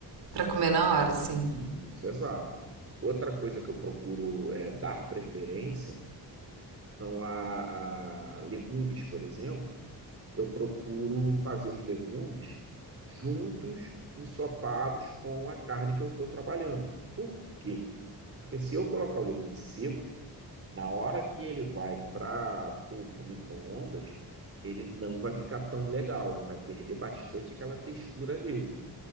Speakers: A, on the right (about 75°); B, on the right (about 35°).
A: para comer na hora, sim.
B: Isso, exato. Outra coisa que eu procuro é, dar preferência são a, a legumes, por exemplo. Eu procuro fazer os legumes juntos, ensopados com a carne que eu estou trabalhando. Por quê? Porque se eu colocar o legume seco, na hora que ele vai para o micro-ondas, ele não vai ficar tão legal, ele vai perder bastante aquela textura dele.